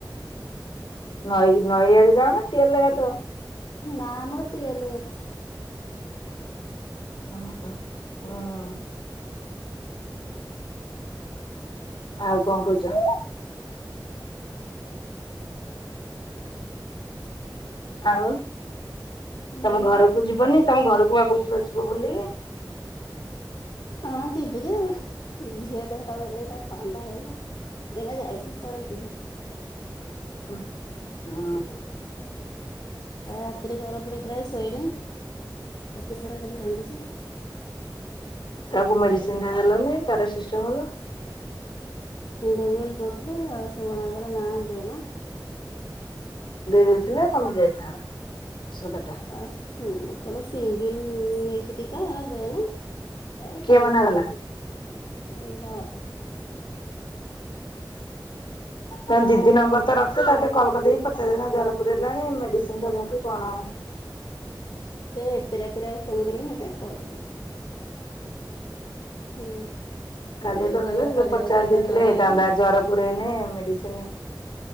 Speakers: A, on the left; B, on the left.
A: ନଈ ନଈଆଡେ ଯାଅ ନା ଟିଅଲରେ ଲଧୁଅ?
B: ନା ଆମର ଟିଅଲରେ ଗା
A: ଓହୋ ହୁଁ। ଆଉ କଣ କୋହୁଚ?
B: ସେଇଆ
A: <unintelligible> ଆଉ
B: ହୁଁ
A: ତମ ଘରକୁ ଯିବନି ତମ ଘରକୁ ପା କୋହୁଥୁଲ ଯିବ ବୋଲି? <unintelligible>
B: ହଁ ଯିବି ଯେ ଝିଅ ଦେହଟା ଭଲ ହେଇଯାଉ ତାକୁ ଥଣ୍ଡା ହେଇଚି। ଏଇନା ଯାଇନି ପରେ ଯିବି।
A: ହୁ, ହଁ।
B: ଉଁ ଉଁ। ଆ ରାତିରେ ଜର ପୁରେଇ ଥିଲା ଯେ ଶୋଇନି। ରାତି ସାରା ଖାଲି କାନ୍ଦୁଛି।
A: ତାକୁ ମେଡିସିନ୍ ଟେ ଦେଲୁନି! ପାରାସିଷ୍ଟାମଲ।
B: ଦେମି ବୋଲି କହୁଥିଲି, ସେ ମନା କଲେ ନା ଦେନା।
A: ଦେଇଦେଇ ଥିଲେ, କମି ଯାଇଥାନ୍ ଔଷଧ ଟା।
B: ଆଉ ହୁଁ, କହିଲା ସିଙ୍ଗିଲ୍ ନେଇଛି ଟିକା ହେରା ଦେନା। ହେ
A: କିଏ
B: କମିଯିବ
A: ମନା କଲା?
B: ତାର, ଏଇ ତା ବାପା।
A: ତ ଦିଦି ନମ୍ବର ତ ରଖିଛ ତା, ଟିକେ କଲ୍ କରିଦେଇକି ପଚ୍ ସେଦିନ ଜର ପୁରେଇଲାଣି, ମେଡ଼ିସିନ୍ ଦେବୁ କି କଣ?
B: ସେ ଏତେ ରାତିରେ ଆଉ ଫୋନ୍ କରିନି, ହେଥିପାଇଁ କଲିନି। ହୁଁ।
A: କାଲି
B: ଏଗାରଟା
A: ଏତେଳେ ନେଲେ
B: ସାଢେ
A: ପଚାରି
B: ଏଗାରଟା
A: ଦେଇଥିଲେ
B: ତା ଜର
A: ହେଇଥାନ୍ତା।
B: ଆଇଲା ନା
A: ଜର ପୁରେଇନେ ମେଡିସିନି